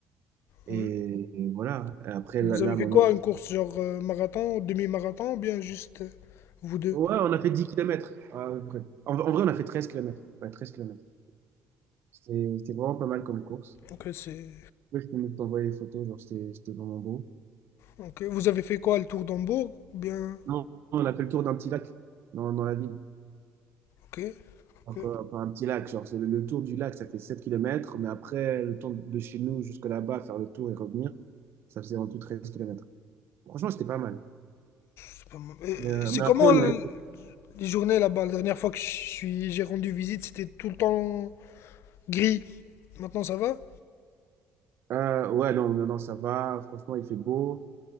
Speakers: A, on the right (about 60°); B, on the left (about 75°).
A: Et,
B: Ouais.
A: et voilà, Et après là,
B: Vous
A: là,
B: avez fait
A: maintenant.
B: quoi? Une course genre euh, marathon, demi-marathon ou bien juste euh, vous deux?
A: Ouais, on a fait dix kilomètres à peu près. En, en vrai, on a fait treize kilomètres Ouais, treize kilomètres C'était c'était vraiment pas mal comme course.
B: Ok, c'est
A: Ouais, Je peux même t'envoyer les photos, genre c'était c'était vraiment beau.
B: Ok, vous avez fait quoi, le tour d'Hambourg? Bien.
A: Non, on a fait le tour d'un petit lac dans, dans la ville.
B: Ok,
A: Encore,
B: ok,
A: enfin, un petit lac, genre c'est le, le tour du lac, ça fait 7 kilomètres. mais après le tour de chez nous jusque là-bas, faire le tour et revenir, ça faisait en tout 13 kilomètres. Franchement, c'était pas mal.
B: c'est pas mal. Et
A: Mais, euh,
B: c'est
A: mais
B: comment
A: après, on
B: le-
A: y allait.
B: les journées là-bas? La dernière fois que je suis, j'ai rendu visite, c'était tout le temps gris. Maintenant, ça va?
A: Euh, ouais, non, non, non, ça va. Franchement, il fait beau.